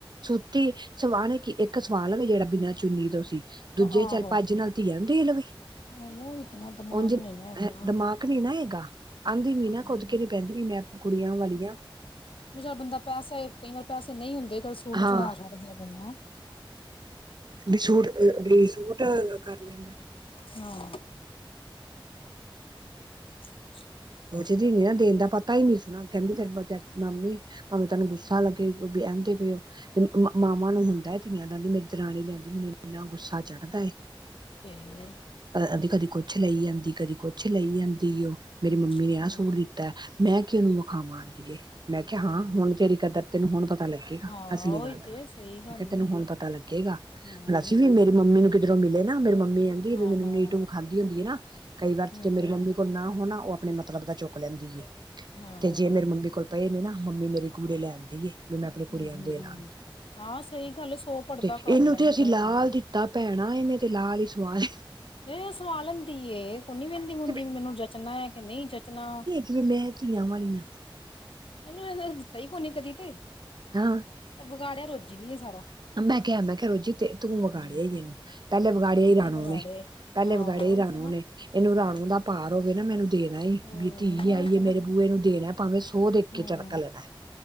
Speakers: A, on the right (about 50°); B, on the left (about 75°).
A: ਜੋੱਤੀ ਸਵਾਣੇ ਕਿ? ਇੱਕ ਸਵਾਂਲਵੇ, ਜਿਹੜਾ ਬਿਨਾ ਚੁੰਨੀ ਤੋਂ ਸੀ। ਦੂਜੇ
B: ਆਹੋ
A: ਚੱਲ ਭੱਜ ਨਾਲ, ਧੀਆਂ ਨ ਦੇ ਲਵੇ।
B: ਉਹ ਇਤਨਾ ਦਿਮਾਗ
A: ਉਝ,
B: ਨੀ ਲੈ ਗਿਆ
A: ਦਿਮਾਗ ਨਹੀਂ ਨਾ ਹੈਗਾ। ਆਂਦੀ ਨੀ
B: ਹਮ
A: ਨਾ, ਖੁੱਦ ਕੇ ਨੀ ਪੈਂਦੀ, ਵੀ ਮੈਂ ਕੁੜੀਆਂ ਵਾਲੀ ਆਂ।
B: ਹਮੇਸ਼ਾ ਬੰਦਾ ਪੈਸੇ, ਕਈ ਵਾਰ ਪੈਸੇ ਨਹੀਂ ਹੁੰਦੇ, ਕਦੇ ਸੂਟ
A: ਹਾਂ
B: ਫੜਾ ਛੱਡ ਜਵਾਂ <unintelligible> ਪਦਾ
A: ਵੀ ਸੂਟ, ਗ੍ਰੀਨ ਸੂਟ ਕਰ ਲੈਂਨਾ?
B: ਹਾਂ। ਚੀਚੀਂ
A: ਪੁਛ ਦੀ ਨੀ ਨਾ, ਦੇਣ ਦਾ ਭਾਅ। ਪਤਾ ਈ ਨੀ ਸੀ ਨਾ, ਕਹਿੰਦੀ ਫਰ ਬ ਮਾਮੀ, ਮਾਮੀ ਤੈਨੂੰ ਗੁੱਸਾ ਲੱਗੇ ਆਂਦੇ ਪਏ ਓ ਤੇ ਮਾ, ਮਾਵਾਂ ਨੂੰ ਹੁੰਦਾ ਏ ਧੀਆਂ ਦਾ। ਨੀ ਮੇਰੀ ਦਰਾਣੀ ਕਹਿੰਦੀ ਮੈਨੂੰ ਇੰਨਾ ਗੁੱਸਾ ਚੜ੍ਹਦਾ ਏ।
B: ਵੇਹਲੋ
A: ਅ ਕਦੀ ਕੁੱਛ ਲਈ ਜਾਂਦੀ ਕਦੀ ਕੁਛ ਲਈ ਜਾਂਦੀ ਓ। ਮੇਰੀ ਮੰਮੀ
B: ਹਮ
A: ਨੇ ਆਹ ਸੂਟ ਲਿਤਾ ਮੈਂ ਕਿਉ ਉਹਨੂੰ ਵਿਖਾਵਾਂ। ਮੈਂ ਕਿਹਾ ਹਾਂ
B: ਸਹੀ
A: ਹੁਣ
B: ਹੈ
A: ਤੇਰੀ ਕਦਰ ਤੈਨੂੰ ਹੁਣ ਪਤਾ ਲੱਗੇਗਾ
B: ਹਾਂ
A: ਅਸਲੀ
B: ਉਹੀ
A: ਗੱਲ
B: ਤੇ
A: ਦਾ
B: ਸਹੀ ਗੱਲ
A: ਮੈਂ ਕਿਹਾ ਤੈਨੂੰ
B: ਹੈ
A: ਹੁਣ ਪਤਾ ਲੱਗੇਗਾ, ਹੁਣ
B: ਹਮ
A: ਅਸੀਂ ਵੀ ਮੇਰੇ ਮੰਮੀ ਨੂੰ ਕਿੱਧਰ ਮਿਲੇ ਨਾ ਮੇਰੀ ਮੰਮੀ ਕਹਿੰਦੀ ਹੈ
B: ਹਾਂ
A: ਵੀ ਮੈਨੂੰ
B: ਹਾਂ
A: ਨੀਟੂ ਵਿਖਾਉਂਦੀ ਹੁੰਦੀ ਨਾ ਕਈ ਵਾਰ
B: ਹਮ
A: ਤਾਂ ਜੇ ਮੇਰੀ ਮੰਮੀ ਕੋਲ ਨਾ ਹੋ ਨਾ ਉਹ ਆਪਣੇ ਮਤਲਬ ਦਾ ਚੁੱਕ ਲੈਂਦੀ ਏ,
B: ਹਾਂ
A: ਤੇ
B: ਹਾਂ
A: ਜੇ
B: ਹਾਂ
A: ਮੇਰੇ ਮੰਮੀ ਕੋਲ ਪਏ ਨੇ ਨਾ ਮੰਮੀ ਮੇਰੀ ਗੂੜੇ ਲੈਣਦੀ ਏ ਵੀ ਮੈਂ ਆਪਣੇ ਕੁੜੀਆਂ
B: ਹਮ ਹਮ
A: ਨੂੰ ਦੇਣਾ
B: ਹਮ ਹਾਂ ਸਹੀ ਗੱਲ ਸੌ ਪੜਦਾ
A: ਤੇ ਇਹਨੂੰ
B: ਕਾਜ ਲੈਂਦੀਆਂ
A: ਤੇ ਅਸੀਂ ਲਾਲ
B: ਨੇ ਮਾਵਾਂ
A: ਦੀ ਤਾਂ ਭੈਣ ਇਹਨੇ ਤੇ ਲਾਹ ਹੀ ਸਵਾਦ
B: ਨਹੀਂ ਸਵਾ ਲੈਂਦੀ ਏ ਕੁ ਨੀ ਵਹਿੰਦੀ ਵਹੰਦੀ
A: ਤੇ
B: ਵੀ ਮੈਨੂੰ ਜੱਚਣਾ ਕਿ ਨਹੀਂ ਜੱਚਣਾ
A: ਕਿਵੇ ਮੈਂ ਧੀਆਂ ਵਾਲੀਆਂ
B: ਇਹਨ ਤਈ ਕੋ ਨ ਕਦੀ ਤੇ
A: ਹਾਂ
B: ਵਿਗਾੜਿਆ ਰੋਜ਼ੀ ਨੀ ਹੈ ਸਾਰਾ
A: ਮੈਂ ਕਿਹਾ ਮੈਂ ਕਿਹਾ ਰੋਜ਼ੀ ਤੇ ਤੂੰ
B: ਹੂੰ
A: ਵਿਗਾੜਿਆ ਈ ਇਹਨੂੰ, ਪਹਿਲੇ ਵਿਗਾੜਿਆ
B: ਇਹਨੇ
A: ਹੀ ਰਾਣੋ
B: ਵਿਗਾੜਿਆ
A: ਨੇ
B: ਏ।
A: ਪਹਿਲੇ
B: ਆਹੋ
A: ਵਿਗਾੜੇ ਹੀ
B: ਉਹੀ
A: ਰਾਣੂ
B: ਤੇ ਨਾ
A: ਨੇ, ਇਹਨੂੰ ਰਾਣੂ ਦਾ ਭਾਰ ਹੋਵੇ ਨਾ ਮੈਨੂੰ ਦੇਣਾ ਈ
B: ਹੂੰ
A: ਵੀ ਧੀ ਆਈਏ
B: ਉਹੀ ਤੇ ਨਾ
A: ਮੇਰੇ ਬੂਹੇ ਨੂੰ ਦੇਣਾ ਭਾਵੇਂ ਸੋ ਦੇਖ
B: ਹੂੰ
A: ਕੇ ਚੜਕ ਲੈਣਾ